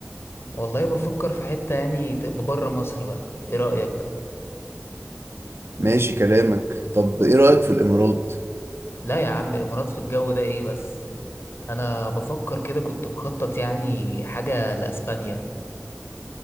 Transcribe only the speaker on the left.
والله بفكر في حته يعني تبقى بره مصر بقى ايه رايك
لا يا عم امارات في الجو ده ايه بس انا بفكر كده كنت مخطط يعني حاجه لاسبانيا